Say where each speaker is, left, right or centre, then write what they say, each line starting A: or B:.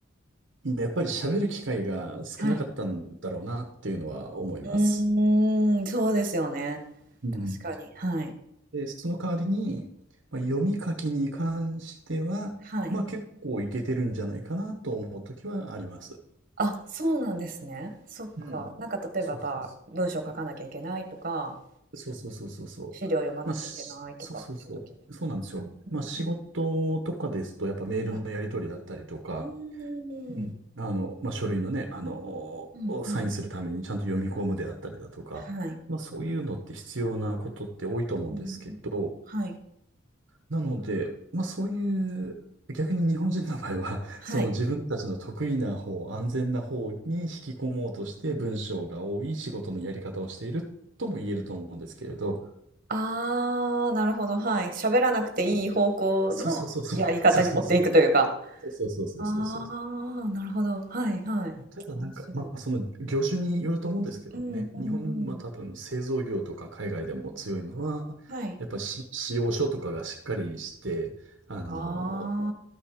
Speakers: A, on the right; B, on the right.
A: やっぱり喋る機会が少なかったんだろうなっていうのは思います。
B: はい。うーん、そうですよね。
A: うん。
B: 確かに。はい。
A: で、その代わりに、まあ、読み書きに関しては、
B: はい。
A: まあ結構いけてるんじゃないかなと思うときはあります。
B: あ、そうなんですね。そっか。
A: うん。
B: なんか例えば、
A: そうそうそ
B: まあ、文章書かなきゃいけないとか、
A: う。そうそうそうそうそう。
B: 資料読まなきゃいけないとかっていう時に。
A: まあ、しそうそうそう。そうなんですよ。
B: うんうんうん。
A: まあ仕事とかですと、やっぱメールのやり取りだったりとか、
B: はい。うーん。
A: うん。あの、まあ、書類のね、あの、
B: うんうん。
A: サインするためにちゃんと読み込むであったりだとか、
B: はい。
A: まあ、そういうのって必要なことって多いと思うんですけど、
B: うん、はい。
A: なので、まあ、そういう、逆に日本人の場合は、<laughs>
B: はい。
A: その自分たちの得意な方、安全な方に引き込もうとして文章が多い仕事のやり方をしているとも言えると思うんですけれど、
B: ああ、なるほど、はい。喋らなくていい方向のやり方に持っていくというか。
A: そうそうそうそう、そうそうそう、そうそうそうそうそうそう
B: ああ、なるほど。はいはい。
A: ただなんか、
B: 面白い。
A: まあ、その業種によると思うんですけどね、
B: うんうんうん。
A: 日本は多分製造業とか海外でも強いのは、
B: はい。
A: やっぱし仕様書とかがしっかりして、あの、
B: あ